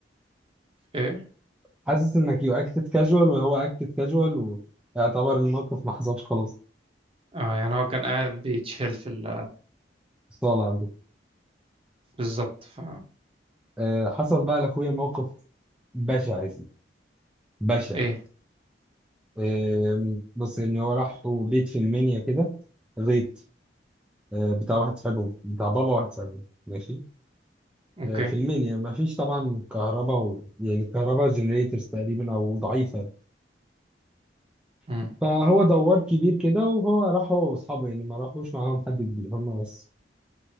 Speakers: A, on the right; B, in the centre.
A: ايه
B: حاسس انك يو اكتد كاجوال وهو اكتد كاجوال ويعتبر الموقف ما حصلش خلاص
A: اه يعني هو كان قاعد بيتشيل في ال...
B: صالة عندك
A: بالظبط ف
B: أه حصل بقى لاخويا موقف بشع يا سيدي بشع
A: ايه
B: أه بص يعني هو راح بيت في المنيا كده غيط أه بتاع واحد صاحبهم بتاع بابا واحد صاحبهم ماشي
A: اوكي
B: أه في المنيا ما فيش طبعا كهرباء و... يعني كهرباء جنريتورز تقريبا او ضعيفة
A: امم
B: فهو دوار كبير كده وهو راح هو واصحابه يعني ما راحوش معاهم حد كبير هما بس